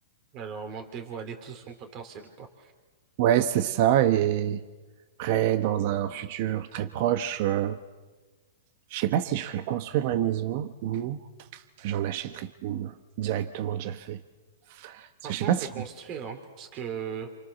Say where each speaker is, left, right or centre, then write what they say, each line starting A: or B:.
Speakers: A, on the right; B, on the right.
A: Alors, on m'a dévoilé tout son potentiel, quoi.
B: Ouais, c'est ça. Et après, dans un futur très proche, euh, je sais pas si je ferai construire ma maison ou j'en achèterai une directement déjà fait. Parce
A: Franchement,
B: que je sais pas
A: fait
B: si...
A: construire, hein, parce que